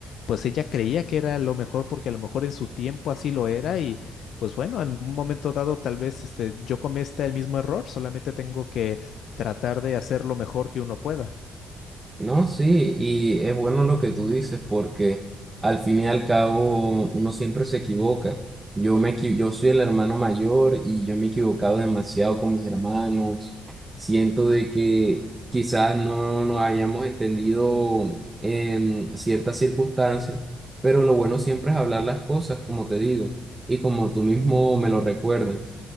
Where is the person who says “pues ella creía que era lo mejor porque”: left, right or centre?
Left